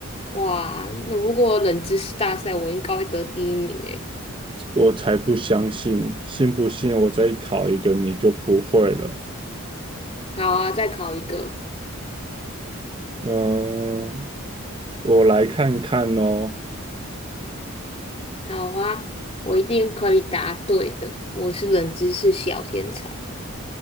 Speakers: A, on the left; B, on the right.
A: 哇，那如果冷知识大赛，我应该会得第一名诶。
B: 我才不相信，信不信我再考一个你就不会了。
A: 好啊，再考一个。
B: 嗯、我来看看哦。
A: 好啊，我一定可以答对的。我是冷知识小天才。